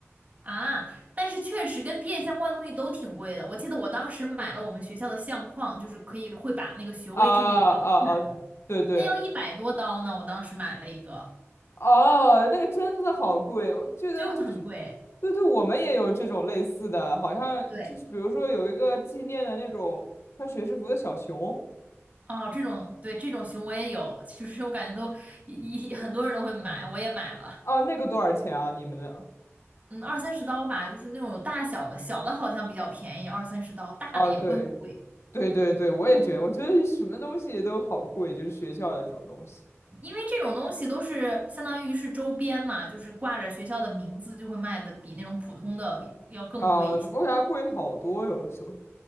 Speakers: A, on the right; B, on the left.
A: 啊。但是确实跟毕业相关的东西都挺贵的，我记得我当时买了我们学校的相框，就是可以会把那个学位证给裱起来，
B: <laughs> 啊啊啊！对对，
A: 那要一百多刀呢，我当时买了一个，
B: 哦，那个真的好贵，我记得就是，
A: 就很贵。
B: 对对，我们也有这种类似的，好像就是比如说有一个纪念的那种穿学士服的小熊
A: 对。哦，这种，对，这种熊我也有，其实我感觉都一一很多人都会买，我也买了，
B: 啊，那个多少钱啊？你们的？
A: 嗯，二三十刀吧，就是那种有大小的，小的好像比较便宜，二三十刀，大的也会很贵，
B: 啊，对对对对，我也觉得，我觉得什么东西都好贵，就是学校的这种东西。
A: 因为这种东西都是相当于是周边嘛，就是挂着学校的名字就会卖的比那种普通的要更贵一些，
B: 啊，为啥贵好多，有的时候。